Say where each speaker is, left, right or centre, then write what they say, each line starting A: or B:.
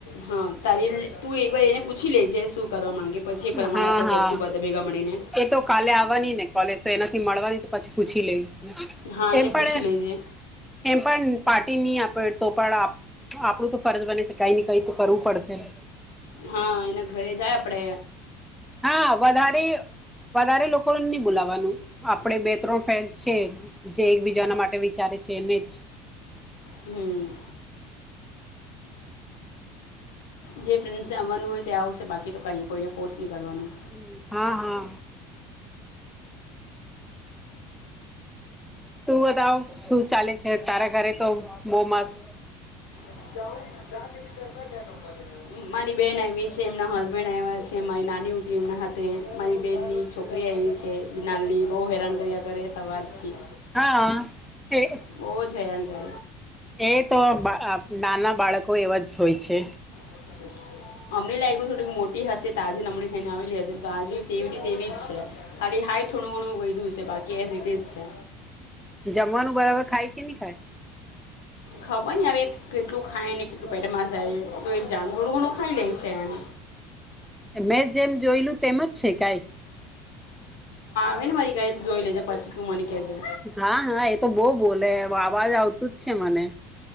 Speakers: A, on the left; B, in the centre.
A: હા તારી તું એક વાર એને પૂછી લેજે શું કરવા માંગે પછી એ પ્રમાણે
B: હા
A: આપણે કરશું
B: હા
A: બધા ભેગા મળીને
B: એ તો કાલે આવવાની ને કોલેજ તો એના થી મળવાની છ તો પછી પૂછી લઈશ
A: હા એને
B: એમ
A: પૂછી
B: પણ એ
A: લેજે
B: એમ પણ પાર્ટી નહી આપે તો પણ આ આપણું તો ફરજ બને છે કાઈ ને કઈ તો કરવું પડશે ને
A: હા એના ઘરે જાય આપડે
B: હા વધારે વધારે લોકોને નહી બોલાવાનું આપણે બે ત્રણ ફ્રેન્ડસ છે જે એકબીજાના માટે વિચારે છે એને જ
A: હમ જે ફ્રેન્ડસને આવવાનું હોય તે આવશે બાકી તો કાંઈ કોઈ ને ફોર્સ કરવાનું
B: હમ હા હા તું બતાવ શું ચાલે છે તારા ઘરે તો મોમસ <inaudible>
A: <unintelligible> મારી બેન આવી છે એમના હસબેન્ડ આવ્યા છે મહિ નાની <inaudible> એમને તે મારી બેહેનની છોકરી આવી છે જે નાનલી બહુ હેરાન કર્યા કરે સવારથી
B: હા એ
A: બહુ જ હેરાન કરે
B: એ તો બા અ નાના બાળકો એવા જ હોય છે
A: <unintelligible> અમને લાગ્યું થોડીક મોટી હશે તાજી નમળી થઈને આવેલી હશે તો આ જોયુ તેવી ને તેવીજ છે ખાલી હાઇટ થોડુ ઘણું વધ્યું છે બાકી એઝ ઇટ ઇઝ છે
B: જમવાનું બરાબર ખાય કે નહી ખાય
A: ખબર નહિ હવે કેટલું ખાય ને કેટલું પેટમાં જાય તો એ જ જાણે થોડું ઘણું ખાઈ લે છે એમ
B: મેં જેમ જોયેલું તેમ જ છે કાંઇ
A: હોયને મારી ઘરે તો તું જોઈ લેજે પછી મને કહેજે
B: હા હા એ તો બહુ બોલે હે અવાજ આવતું જ છે મને